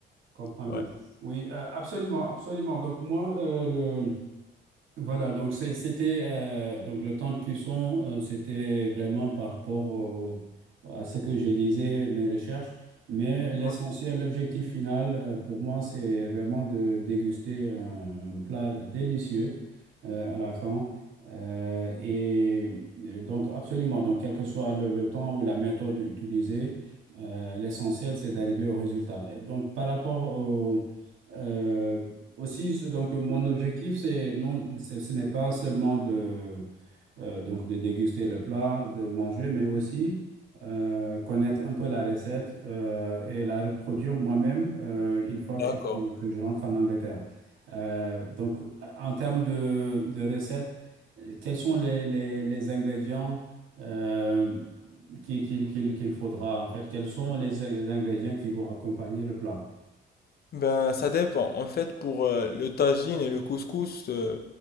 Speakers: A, on the right; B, on the left.
A: comprends mieux.
B: Ouais.
A: Oui, euh, absolument, absolument. Donc moi, euh, Voilà, donc c'est- c'était euh, donc le temps de cuisson, euh, c'était vraiment par rapport au- à ce que je lisais, mes recherches. Mais l'essentiel,
B: Ouais.
A: l'objectif final euh, pour moi, c'est vraiment de déguster un, un plat délicieux euh, à la fin. Euh, et et donc absolument, donc quel que soit le, le temps ou la méthode utilisée, euh, l'essentiel, c'est d'arriver au résultat. Et Donc par rapport au... euh, aussi, ce- donc, euh, mon objectif, c'est non, ce ce n'est pas seulement de, euh, donc de déguster le plat, de manger, mais aussi euh, connaître un peu la recette euh, et la reproduire moi-même euh, une fois que
B: D'accord.
A: je, suis- que je rentre en Angleterre. Euh, donc, en termes de, de recettes, euh, quels sont les, les, les ingrédients euh, qu'il qu'il- qu'il- qu'il faudra, en fait? Quels sont les, in- les ingrédients qui vont accompagner le plat?
B: Ben, ça dépend. En fait, pour euh, le tagine et le couscous, euh,